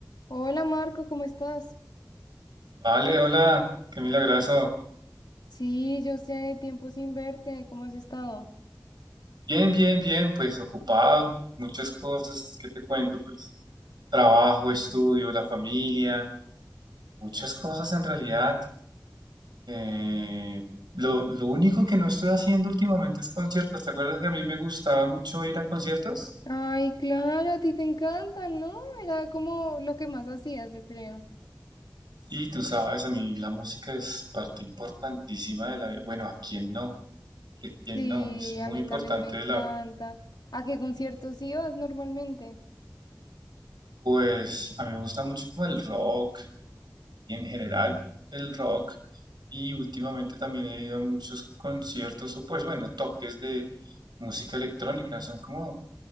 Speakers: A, on the left; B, on the right.
A: Hola Marco, ¿cómo estás?
B: Vale, hola, qué milagroso.
A: Sí, yo sé, tiempo sin verte, ¿cómo has estado?
B: Bien, bien, bien, pues ocupado, muchas cosas, ¿qué te cuento? Pues trabajo, estudio, la familia, muchas cosas en realidad. Eh, lo, lo único que no estoy haciendo últimamente es conciertos. ¿Te acuerdas que a mí me gustaba mucho ir a conciertos?
A: Ay, claro, a ti te encanta, ¿no? Era como lo que más hacías, yo creo.
B: Sí, tú sabes, a mí la música es parte importantísima de la vida. Bueno, ¿a quién no? ¿De quién
A: Sí,
B: no? Es muy
A: a mí
B: importante
A: también me encanta.
B: de la
A: ¿A qué conciertos ibas normalmente?
B: Pues a mí me gusta mucho como el rock, y en general el rock. Y últimamente también he ido a muchos conciertos o pues bueno, toques de música electrónica. Son como